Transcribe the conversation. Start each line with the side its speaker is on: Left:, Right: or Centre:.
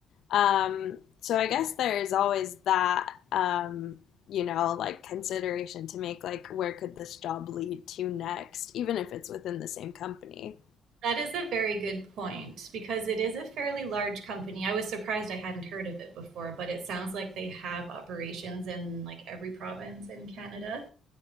Left: Um, so I guess there is always that, um, you know, like consideration to make like where could this job lead to next, even if it's within the same company.
Right: That is a very good point because it is a fairly large company. I was surprised I hadn't heard of it before, but it sounds like they have operations in like every province in Canada.